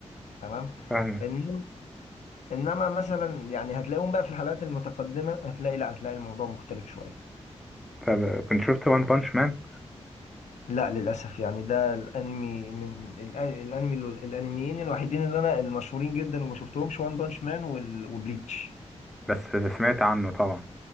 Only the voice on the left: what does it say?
تمام
انما انما مثلا يعني هتلاقيهم بقى في الحلقات المتقدمه هتلاقي لا هتلاقي الموضوع مختلف شويه
لا للاسف يعني ده الانمي من الأ- الانمي الانميين الوحيدين اللي انا المشهورين جدا وما شفتهمش وان بانش مان وبليتش